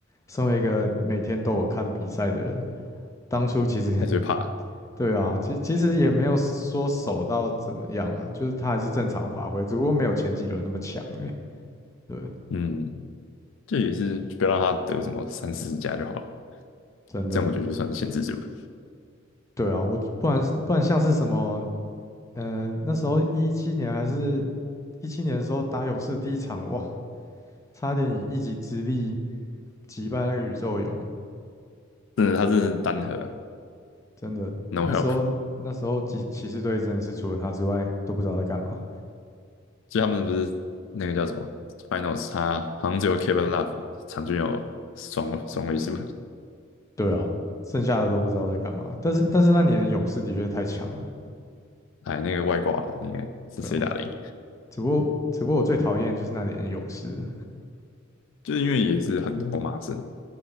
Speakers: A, on the left; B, on the left.
A: 身为一个每天都有看比赛的人，当初其实 <laughs>
B: 还是会怕，
A: 对啊，其其实也没有说守到怎么样啦，就是他还是正常发挥，只不过没有前几轮那么强而已。对，
B: 嗯，这也是不要让他得什么三四十加就好了，
A: 真的，
B: 这样我觉得就算限制住了。
A: 对啊，我不然不然像是什么，呃，那时候一七年还是一七年的时候打勇士第一场，哇，差点以一己之力击败那个宇宙勇，
B: 真的，他真的是单核啊
A: 真的，
B: ，no
A: 那时候那时候骑骑士队真的是除了他之外都不知道在干嘛。
B: help。就他们不是那个叫什么 Finals，他好像只有 Kevin Love 场均有双双位数，
A: 对啊，剩下的都不知道在干嘛。但是但是那年的勇士的确太强了，
B: 哎，那个外挂啦那个是谁打的赢？
A: 对啊。只不过只不过我最讨厌就是那年的勇士，
B: 就是因为也是很多骂神